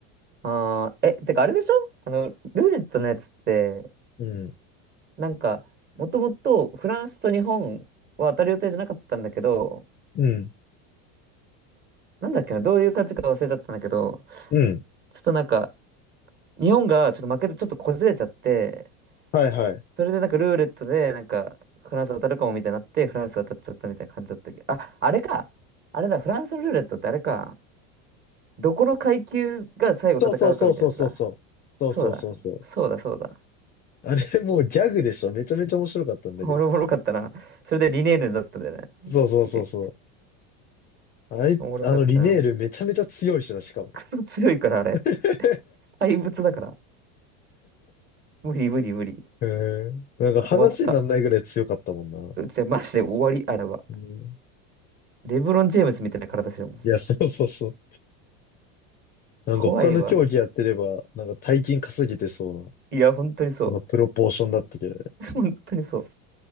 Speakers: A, on the right; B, on the left.
A: ああ、え、てかあれでしょあの、ルーレットのやつって、
B: うん、
A: なんか、もともとフランスと日本は当たる予定じゃなかったんだけど、
B: うん、
A: なんだっけな、どういう感じか忘れちゃったんだけど、
B: うん。
A: ちょっとなんか、日本がちょっと負けてちょっとこじれちゃって、
B: はいはい。
A: それでなんかルーレットでなんか、フランス当たるかもみたいになって、フランス当たっちゃったみたいな感じだったけど、あ、あれか。あれだ、フランスのルーレットってあれか。どこの階級が最後戦うかみたいなやつだ。
B: そうそうそうそうそうそう。そうそうそうそう。
A: そうだ、そうだ、そうだ。
B: あれ、もうギャグでしょ。めちゃめちゃ面白かったんだけど。
A: おもろおろかったな。それでリネールだったんだよね。
B: そうそうそうそう。
A: 相手。
B: あい、
A: おもろかったな。
B: あのリネールめちゃめちゃ強いしな、しかも。
A: クソ強いから、あれ。
B: <laughs>
A: 怪物だから。無理無理無理。
B: へえ。なんか話にならないぐらい強かったもんな。
A: 終わった。うち、マジで終わり、あれは。
B: へえ
A: レブロン・ジェームスみたいな体してるもん。
B: いや、そうそうそう。なんか他の競技やってれば、
A: 怖いわ。
B: なんか大金稼げてそうな、
A: いや、本当にそ
B: そのプロポーションだったけどね。
A: う。<laughs> 本当にそ